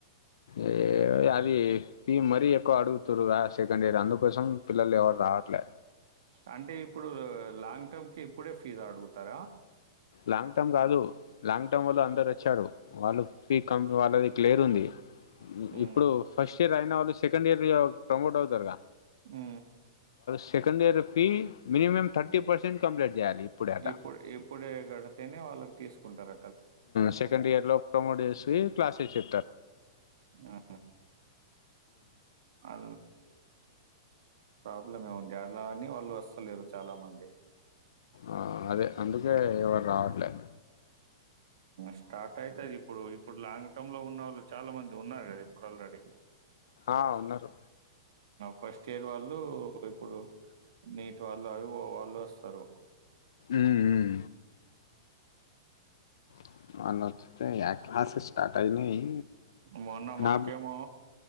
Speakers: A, on the left (about 80°); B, on the right (about 70°).
A: ఏ అది ఫ మరీ ఎక్కువ అడుగుతుారుగా సెకండ్ ఇయర్ అందుకోసం పిల్లలు ఎవరు రావట్లే
B: అంటే ఇప్పుడు లాంగ్ టర్మ్ క ఇప్పుడే ఫీజ్ అడుగుతార
A: లాంగ్ టర్మ్ కాదు లాంగ్ టర్మ్ వాళ్ళ అందరు వచ్చారు వాళ్ళు ఫీ కం వాళ్ళది క్లియర్ ఉంది
B: మ్మ్
A: ఇప్పుడు ఫస్ట్ ఇయర్ అయిన వాళ్ళు సెకండ్ ఇయర్ ప్రమోట్ అవుతారుగా
B: ఆ
A: second year fee minimum thirty percent complete చేయాలి ఇప్పుడే అట
B: ఇప్పుడు ఇప్పుడే క్కడ అనే వాళ్ళకి తీసుకుంటారు
A: సెకండ్ ఇయర్ లో ప్రమోట్ చేసి క్లాస్ <unintelligible>
B: ఆ అ ప్రాబ్లం ఏముంది అలా అని వాళ్ళు వస్తలేరు చాలా మంది
A: ఆ అదే అందుకే ఎవరు రావట్లేదు
B: స్టార్ట్ అయితుది ఇప్పుడు ఇప్పుడు లాంగ్ టర్మ్ లో ఉన్న వాళ్ళు చాలా మంది ఉన్నారు కదా ఇప్పుడు ఆల్రెడీ
A: ఆ ఉన్నారు
B: ఫస్ట్ ఇయర్ వాళ్ళు ఇప్పుడు నీట్ వాళ్ళు అవి వాళ్ళు వస్తారు
A: ఉమ్ ఉమ్ <unintelligible>
B: మొన్న మాకేమో
A: నా